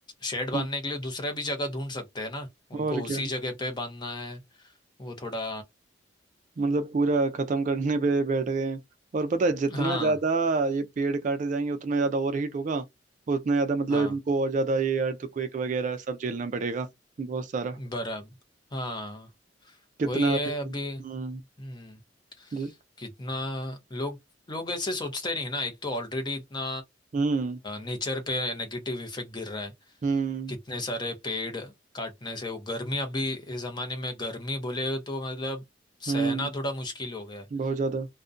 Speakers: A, on the left; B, on the right.
A: शेड बांधने
B: हम्म,
A: के लिए दूसरा भी जगह ढूंढ सकते हैं ना उनको
B: और
A: उसी
B: क्या
A: जगह पे बांधना है वो थोड़ा
B: मतलब पूरा खत्म करने पे बैठ गए हैं और पता है जितना
A: हाँ
B: ज्यादा ये पेड़ काटे जाएंगे उतना ज्यादा और हीट होगा उतना ज्यादा मतलब
A: हाँ
B: इनको और ज्यादा ये अर्थक्वेक वगैरह सब झेलना पड़ेगा बहुत सारा
A: बराबर हाँ
B: कितना
A: वही है
B: आते-
A: अभी
B: हम्म
A: हम्म
B: जी-
A: कितना लोग लोग ऐसे सोचते नहीं ना एक तो ऑलरेडी इतना
B: हम्म
A: नेचर पे नेगेटिव इफेक्ट गिर रहा है
B: हम्म
A: कितने सारे पेड़ काटने से वो गर्मी अभी इस जमाने में गर्मी बोले तो मतलब
B: हम्म
A: सहना थोड़ा मुश्किल हो गया है
B: बहुत ज्यादा